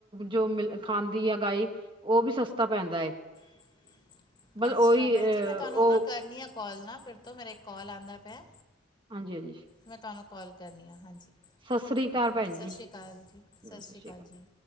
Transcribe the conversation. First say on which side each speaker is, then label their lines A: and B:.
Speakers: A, on the right (about 25°); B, on the left (about 20°).
A: ਜੋ ਮਿਲ ਖਾਂਦੀ ਆ ਗਾਇ ਉਹ ਵੀ ਸਸਤਾ ਪੈਂਦਾ
B: <inaudible> <inaudible>
A: ਬਸ
B: ਅੱਛਾ
A: ਉਹੀ
B: ਭੈਣ
A: ਅਹ
B: ਜੀ ਮੈਂ ਤੁਹਾਨੂੰ
A: ਉਹ
B: ਨਾ ਕਰਨੀ ਹੈ ਕੋਲ ਨਾ ਫਿਰ ਤੋਂ ਮੇਰਾ ਇੱਕ ਕੋਲ ਆਉਂਦਾ ਪਿਆ
A: ਹਾਂਜੀ-ਹਾਂਜੀ
B: ਮੈਂ ਤੁਹਾਨੂੰ ਕੋਲ ਕਰਨੀ ਆ ਹਾਂਜੀ
A: ਸਤਿ ਸ੍ਰੀ ਅਕਾਲ
B: ਓਕੇ
A: ਭੈਣ
B: ਸਤਿ
A: ਜੀ,
B: ਸ਼੍ਰੀ ਅਕਾਲ ਜੀ-ਸਤਿ
A: ਸਤਿ
B: ਸ਼੍ਰੀ
A: ਸ੍ਰੀ
B: ਅਕਾਲ ਜੀ